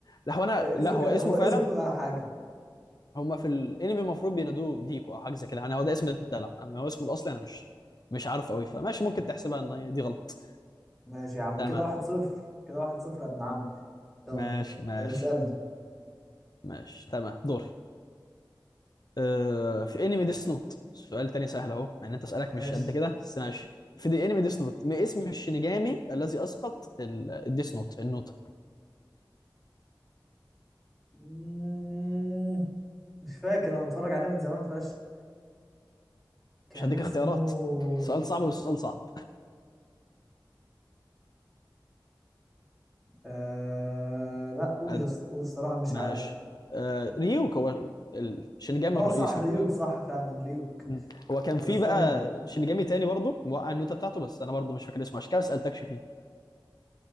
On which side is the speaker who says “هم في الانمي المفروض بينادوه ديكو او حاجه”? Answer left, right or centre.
Left